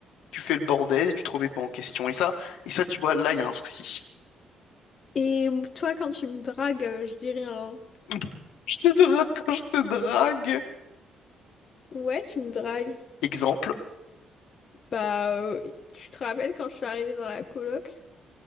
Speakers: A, on the left; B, on the left.
A: Tu fais le bordel et tu te remets pas en question. Et ça, et ça, tu vois, là, il y a un souci.
B: Et toi, quand tu me dragues, euh, je dirais un...
A: <laughs> Je te drague quand je te drague.
B: Ouais, tu me dragues.
A: Exemple.
B: Bah, euh, tu te rappelles quand je suis arrivée dans la coloc?